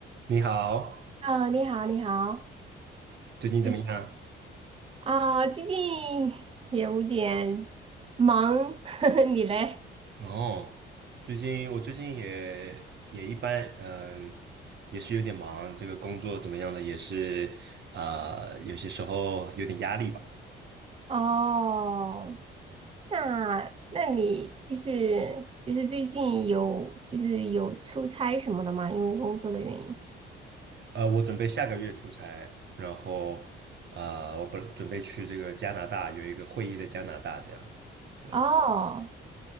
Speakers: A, on the right; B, on the right.
A: 你好，
B: 啊，你好，你好，
A: 最近怎么样？
B: 最啊，最近有点忙，<laughs> 你嘞？
A: 哦，最近我最近也也一般，嗯，也是有点忙，这个工作怎么样的也是，啊，有些时候有点压力吧。
B: 哦，那那你就是就是最近有就是有出差什么的吗？因为工作的原因。
A: 呃，我准备下个月出差，然后呃，我本准备去这个加拿大，有一个会议在加拿大，这样。对，
B: 哦